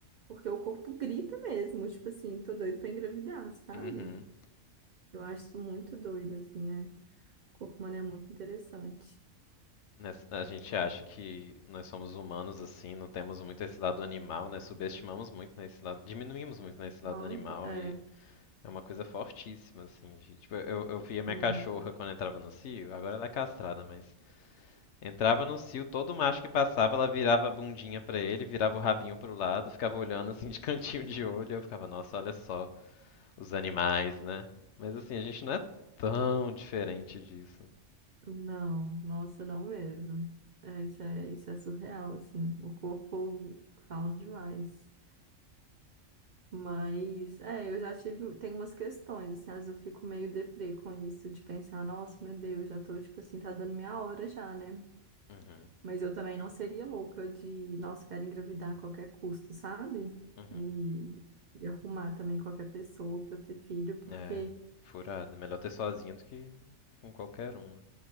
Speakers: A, on the right; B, on the left.
A: porque o corpo grita mesmo, tipo assim, tô doido pra engravidar, sabe?
B: Uhum.
A: Eu acho isso muito doido, assim, é. Corpo humano é muito interessante.
B: Nessa- A gente acha que nós somos humanos assim, não temos muito esse lado animal, né? Subestimamos muito nesse lado, diminuímos muito nesse lado
A: Nossa,
B: animal
A: é,
B: e é uma coisa fortíssima assim, de, tipo, eu, eu via minha
A: hum,
B: cachorra quando entrava no cio, agora ela é castrada, mas entrava no cio, todo macho que passava, ela virava a bundinha pra ele, virava o rabinho pro lado, ficava olhando assim de <laughs> cantinho de olho, eu ficava, nossa, olha só os animais, né? Mas assim, a gente não é tão diferente disso.
A: não, nossa, não mesmo. É, isso é, isso é surreal, assim. O corpo fala demais. Mas, é, eu já tive, tem umas questões, assim, às vezes eu fico meio deprê com isso, de pensar, nossa, meu Deus, já tô, tipo assim, tá dando minha hora já, né?
B: Uhum,
A: Mas eu também não seria louca de, nossa, quero engravidar a qualquer custo, sabe?
B: uhum.
A: E, e arrumar também qualquer pessoa pra ter filho, porque.
B: É, furado. Melhor ter sozinho do que com qualquer um, né?